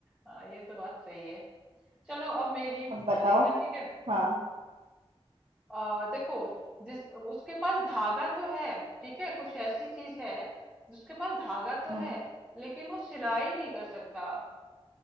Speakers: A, in the centre; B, on the right (about 70°).
A: हाँ ये तो बात सही है चलो अब मेरी
B: अब बताओ
A: बारी है ठीक है
B: हाँ
A: आ, देखो जिस उसके पास धागा तो है ठीक है कुछ ऐसी चीज है उसके पास धागा तो
B: हम्म
A: है लेकिन वो सिलाई नहीं कर सकता